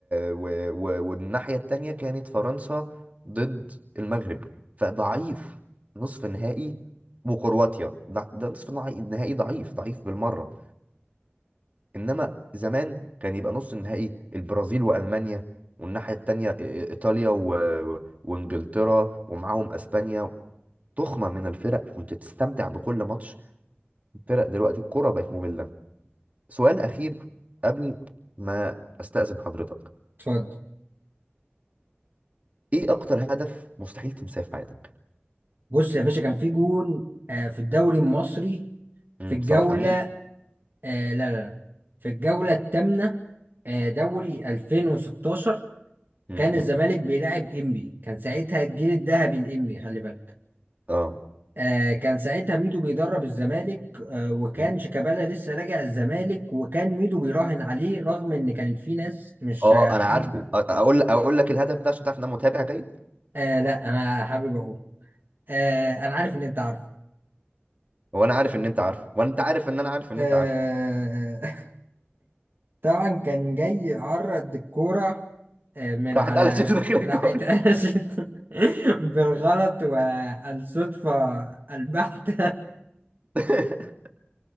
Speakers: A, on the right; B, on the right.
A: و... و... والناحية التانية كانت فرنسا ضد المغرب فضعيف نصف نهائي وكرواتيا ده, ده نصف نع- نهائي ضعيف ضعيف بالمرة إنما زمان كان يبقى نص النهائي البرازيل وألمانيا والناحية التانية إ- إ- إيطاليا و... وإنجلترا ومعاهم أسبانيا تخمة من الفرق كنت تستمتع بكل ماتش الفرق دلوقتي الكرة بقت مملة سؤال أخير قبل ما أستأذن حضرتك
B: اتفضل
A: إيه أكتر هدف مستحيل تنساه في حياتك؟
B: بص يا باشا كان في جون آه في الدوري المصري
A: امم
B: في الجولة
A: صلاح أمين؟
B: آه لا لا لا في الجولة الثامنة آه دوري 2016
A: امم
B: كان الزمالك بيلاعب انبي كان ساعتها الجيل الذهبي الانبي خلي بالك
A: آه
B: آه كان ساعتها ميدو بيدرب الزمالك آه وكان
A: مم.
B: شيكابالا لسه راجع الزمالك وكان ميدو بيراهن عليه رغم ان كانت في ناس مش
A: آه
B: آه، حابة
A: أنا عارفه أ- أقول أقول لك الهدف ده عشان تعرف إن أنا متابع جيد
B: آه لا انا حابب اقول آه انا عارف ان انت عارف
A: وأنا عارف إن أنت عارفه وأنت عارف إن أنا عارف إن
B: آه
A: أنت عارفه
B: <laughs> طبعا كان جاي يعرض الكورة آه، من
A: راح
B: على
A: اتقلشت داخل الجون
B: راحت قلشت <laughs> بالغلط والصدفة البحتة
A: <laughs>